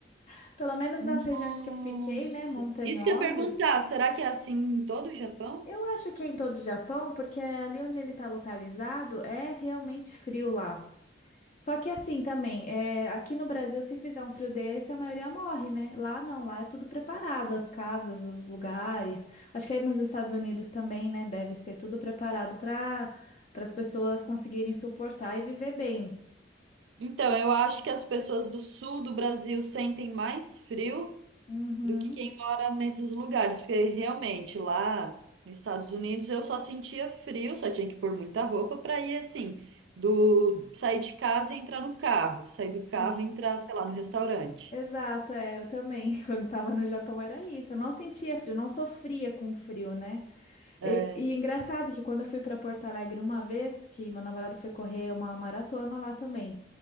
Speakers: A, on the left; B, on the right.
A: <laughs> Pelo menos
B: Nossa.
A: nas regiões que eu fiquei, né, montanhosas.
B: Isso que eu ia perguntar, será que é assim em todo o Japão?
A: Eu acho que é em todo o Japão, porque ali onde ele está localizado é realmente frio lá. Só que assim também, é, aqui no Brasil, se fizer um frio desse, a maioria morre, né? Lá não, lá é tudo preparado, as casas, os lugares. Acho que aí nos Estados Unidos também, né? Deve ser tudo preparado para para as pessoas conseguirem suportar e viver bem.
B: Então, eu acho que as pessoas do sul do Brasil sentem mais frio
A: Uhum,
B: do que quem mora nesses lugares, porque realmente lá nos Estados Unidos eu só sentia frio, só tinha que pôr muita roupa para ir assim, do sair de casa e entrar no carro, sair do carro
A: sim.
B: e entrar, sei lá, no restaurante.
A: Exato, é, eu também. <laughs> Quando estava no Japão era isso. Eu não sentia frio, não sofria com frio, né?
B: É.
A: E, e engraçado que quando eu fui para Porto Alegre uma vez, que meu namorado foi correr uma maratona lá também,